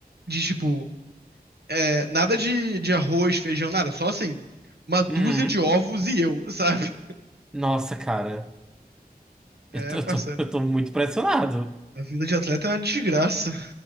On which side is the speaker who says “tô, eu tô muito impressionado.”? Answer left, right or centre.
Centre